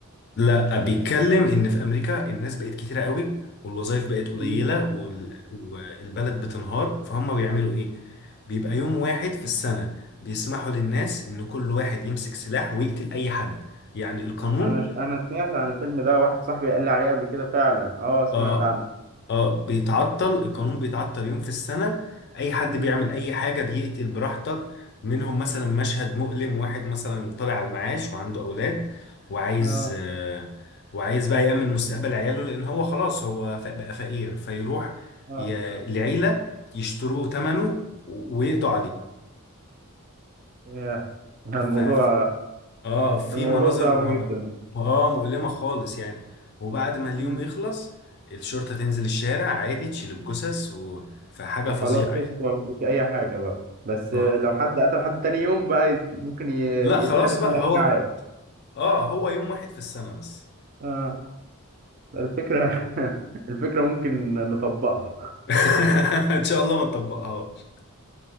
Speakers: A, on the left (about 45°); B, on the right (about 40°).
A: لا بيتكلم إن في أمريكا الناس بقت كتيرة قوي والوظائف بقت قليلة
B: مم.
A: وال... والبلد بتنهار فهم بيعملوا إيه؟ بيبقى يوم واحد في السنة بيسمحوا للناس إن كل واحد يمسك سلاح ويقتل أي حد يعني القانون
B: انا ش... انا سمعت عن الفيلم ده واحد صاحبي قال لي عليه قبل كده فعلا اه سمعت
A: اه
B: عنه
A: اه بيتعطل القانون بيتعطل يوم في السنة اي حد
B: مم.
A: بيعمل اي حاجة بيقتل براحتك منهم مثلا مشهد مؤلم واحد مثلا طالع على المعاش وعنده اولاد وعايز
B: اه
A: آه وعايز بقى يأمن مستقبل عياله لان هو خلاص هو ف- بقى فقير فيروح
B: اه
A: ي- لعيلة يشتروه ثمنه ويقضوا
B: ياه. <laughs> الموضوع
A: عليه اه في
B: الموضوع
A: مناظر
B: صعب
A: م-
B: جدا
A: اه مؤلمة خالص يعني وبعد ما اليوم
B: مم.
A: يخلص الشرطة تنزل الشارع عادي تشيل الجثث و... فحاجة
B: وخلاص
A: فظيعة
B: خلصت
A: يعني
B: ما فيش اي حاجه بقى بس
A: اه
B: آه، لو حد قتل حد تاني يوم بقى يت- ممكن ي-
A: لا خلاص
B: يتحبس
A: بقى
B: منه على
A: هو
B: حاجه عادي
A: اه هو يوم واحد في السنة بس
B: اه الفكره <laughs> الفكره ممكن نطبقها
A: <laughs> ان شاء الله ما نطبقهاش